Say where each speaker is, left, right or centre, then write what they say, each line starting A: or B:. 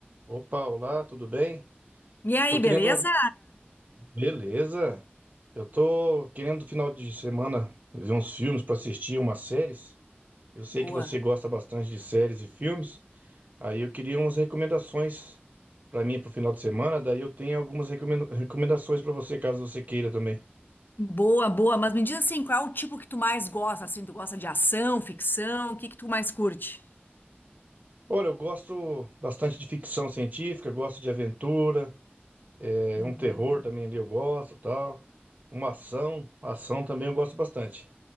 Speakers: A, on the right; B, on the left.
A: Opa, olá, tudo bem?
B: E aí,
A: Tô
B: beleza?
A: querendo. Beleza. Eu tô querendo final de semana ver uns filmes para assistir, umas séries. Eu sei
B: Boa.
A: que você gosta bastante de séries e filmes. Aí eu queria umas recomendações para mim pro final de semana. Daí eu tenho algumas recomenda- recomendações para você, caso você queira também.
B: Boa, boa. Mas me diz assim, qual é o tipo que tu mais gosta? Assim, tu gosta de ação, ficção? O que que tu mais curte?
A: Olha, eu gosto bastante de ficção científica, gosto de aventura, é,
B: Uhum.
A: um terror também ali eu gosto, tal. Uma ação, ação também eu gosto bastante.